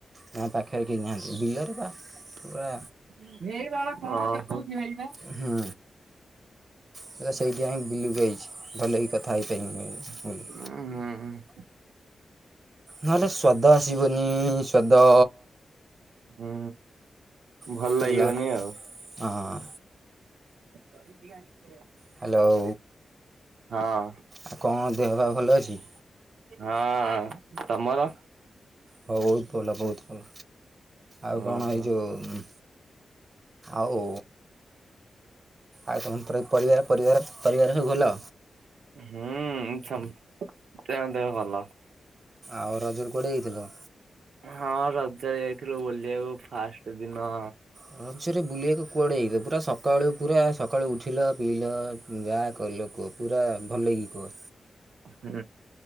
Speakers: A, on the right; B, on the right.
A: ନା ପାଖେରେ କେହି ନାହାଁନ୍ତି ବିଲେରେ ବା।
B: ଅ
A: ପୁରା
B: ହଁ।
A: ହୁଁ। ଦାଦା ସେଇଥିପାଇଁ ବିଲକୁ ଆଇଚି, ଭଲକି କଥା ହେଇପାରି ହୁଲ
B: ଉଁ ହୁଁ।
A: ନହେଲେ ସ୍ଵାଦ ଆସିବନି ସ୍ଵାଦ।
B: ହୁଁ। ଭଲ
A: <unintelligible>
B: ଲାଗିବନି ଆଉ
A: ହଁ।
B: <inaudible>
A: ହାଲୋ।
B: ହଁ
A: ଆଉ କଣ ଦେହ ପା ଭଲଅଛି?
B: ହଁ। ତମର?
A: ବହୁତ୍ ଭଲ ବହୁତ୍ ଭଲ। ଆଉ
B: ଓହୋ।
A: କଣ ଏଇଯୋଉ ଆଉ ଆଉ <unintelligible> ପରିବାର ପରିବାର ପରିବାର ସବୁଭଲ?
B: ହୁଁ ସମସ୍ତ ଙ୍କ ଦେହଭଲ।
A: ଆଉ ରଜରେ କୁଆଡେ ଯାଇଥିଲ?
B: ହଁ ରଜରେ ଯାଇଥିଲୁ ବୁଲିବାକୁ, ଫାଷ୍ଟଦିନ
A: ରଜରେ ବୁଲିବାକୁ କୁଆଡେ ଯାଇଥିଲ? ପୁରାସକାଳୁ ପୁରା ସକାଳୁ ଉଠିଲ ପିଇଲ ଯାହା କଲ କୁହ। ପୁରା ଭଲକି କୁହ।
B: ହୁଁ।